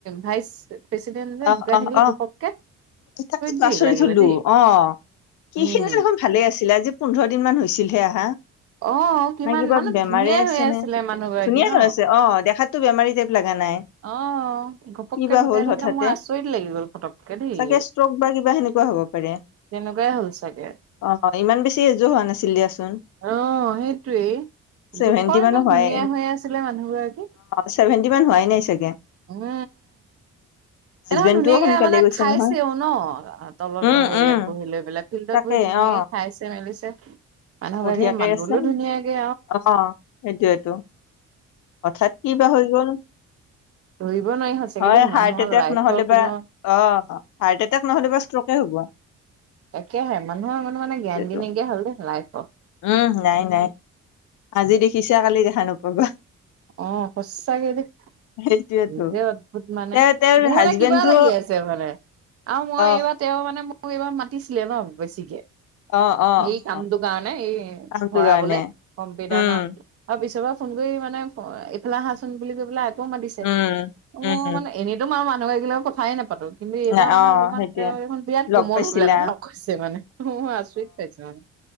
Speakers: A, on the right (about 50°); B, on the left (about 75°).
A: ভাইচ প্ৰেচিডেন্ট যে
B: অ
A: ঢুকাই
B: অ
A: থাকিলে
B: অ
A: ঘপককে
B: তাকে
A: দেই
B: আচৰিত
A: লাগিলে
B: থলো
A: দেই
B: আহ সিখিনি
A: উম
B: দেখোন ভালে আছিলে আজি পোন্ধৰ দিন মান হৈছিলহে আহা
A: অ কিমান
B: নাই কিবা
A: মানে
B: বেমাৰে
A: ধুনীয়াই
B: আছে
A: হৈ আছিলে
B: নে
A: মানুহ গৰাকী
B: ধুনীয়া
A: ন
B: ধৰ আছে অ দেখাত দেখাতটো বমাৰী টাইপ লগা নাই
A: অ ঘপককে
B: কি বা
A: ধুকাই
B: হ'ল
A: থাকিলে
B: হঠাতে
A: মোৰ আচৰিত লাগি গল পটককে দেই
B: চাগে ষ্ট্ৰক বা কিবা সেনেকুৱা হ'ব পাৰে
A: তেনেকুৱাই হ'ল চাগে
B: অ ইমান বেছি এযো হোৱা নাছিল দিয়াচোন
A: অ হেইটোৱেই
B: ছেভেন্টি
A: জোখৰ ইমান
B: মানো
A: ধুনীয়া
B: হয়
A: হৈ আছিলে মানুহ গৰাকী
B: অ চছেভেণ্টি মান হোৱাই নাই চাগে
A: উম উম হেদিনাখন
B: হাজবেণ্ডটোও
A: ধুনীয়াকে
B: সোনকালে
A: মানে
B: গৈছে
A: খাইছে
B: নহয়
A: উ ন তলত
B: উম
A: হে
B: উম
A: ইয়াত বহি লৈ পেলাই ফিল্ডত
B: তাকে
A: বহি ধুনীয়াকে
B: অ
A: খাইছে মেলিছে মানুহবাকে
B: বঢ়িয়াকে
A: মানুহলৈ
B: আছে
A: ধুনীয়াকে
B: অ সেইটোয়েটো অঠাৎ কি বা হৈ গ'ল
A: ধৰিব নোৱাৰি হয়চেগে
B: হয়
A: দেই মানুহৰ
B: হাৰ্ট এটেক
A: লাইফৰ
B: নহ'লে
A: কোনো
B: বা অ হাৰ্ট এটেক নহ'লে বা ষ্ট্ৰকে হ'ব
A: তাকোহে মানুহৰ মানে গেৰেনটি
B: সেইটো
A: নাইকিয়া হ'ল দেই লাইফৰ
B: উম নাই নাই আজি দেখিছো কালি দেখা নপাবা
A: অ সঁচাকে দে
B: সেইটোয়েতো
A: নিজে অদ্ভুত মানে
B: তে তেওঁৰ
A: মোৰ
B: হাজবেণ্ডটো
A: মানে কিবা লাগি আছে মানে আৰু মই
B: অ
A: এইবাৰ তেওঁ মানে মোক এইবাৰ মাতিছিলে ন বেছিকে
B: অ অ
A: সেই কামটো
B: অ
A: কাৰণে এই
B: কামটো
A: ভৰাবলে
B: কাৰণে
A: কম্পিউটাৰ
B: উম
A: ন আৰু পিছৰ পৰা ফোন কৰি মানে এফালা আহাচোন বুলি কৈ পেলাই আকৌ মাতিছে
B: উম
A: অ
B: উম
A: মানে এনেতো মাৰ মানুহ এগিলাক কথাই নাপাতো কিন্তু এইবাৰ
B: ন
A: মানে,
B: অ
A: অকণমান
B: সেইটোয়ে
A: তেওঁ এইখন বিৰাট
B: লগ
A: কোমল
B: পাইছিলা
A: হৈ পেলাই কথা কৈছে। মানে, মই আচৰিত পাইছে মানে।